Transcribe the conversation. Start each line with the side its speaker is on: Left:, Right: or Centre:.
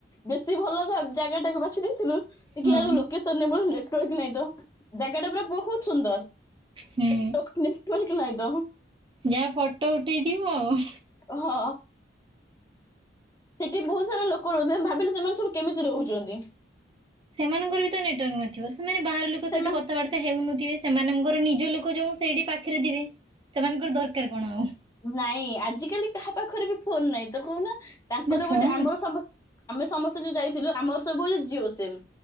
Left: ବେଶୀ ଭଲ ଭ ଜାଗା ଟାକୁ ବାଛି ଦେଇଥିଲୁ ଦେଖିଲା
Right: ହଁ।
Left: ବେଳକୁ ଲୋକ ସରିନାଇଁ ମୋର ନେଟୱାର୍କ ନାହିଁ ତ ଜାଗା ଟା ପୁରା ବହୁତ ସୁନ୍ଦର।
Right: ହୁଁ
Left: ପୁଲ୍କ ନାହିଁଦ।
Right: ଯାହା ଫଟୋ ଉଠେଇଥିବ ଆଉ।
Left: ଓହୋ। ସେଠି ବହୁତ ସାରା ଲୋକ ରହୁଛନ୍ତି। ଭାବିଲେ ସେମାନେ ସବୁ କେମିତି ରହୁଛନ୍ତି।
Right: ସେମାନଙ୍କର ବିତ ନେଟୱାର୍କ ନଥିବ ସେମାନେ ବାହାର ଲୋକ
Left: ସେମାନେ
Right: ସହିତ କଥାବାର୍ତ୍ତା ହେଉନଥିବେ ସେମାନଙ୍କର ନିଜ ଲୋକ ଯୋଉ ସେଇଠି ପାଖରେ ଥିବେ ସେମାନଙ୍କର ଦରକାର କଣ ଆଉ।
Left: ନାଇଁ ଆଜିକାଲି କାହା ପାଖରେ ବି ଫୋନ ନାହିଁ ତ କହୁନା ତାଙ୍କର
Right: ନା ଫୋନ
Left: ଗୋଟେ ଆମର
Right: ଅଛି।
Left: ସମସ୍ତ ଆମେ ସମସ୍ତେ ଯୋଉ ଯାଇଥିଲୁ ଆମର ସବୁ ହଉଛି ଜିଓ ସିମ୍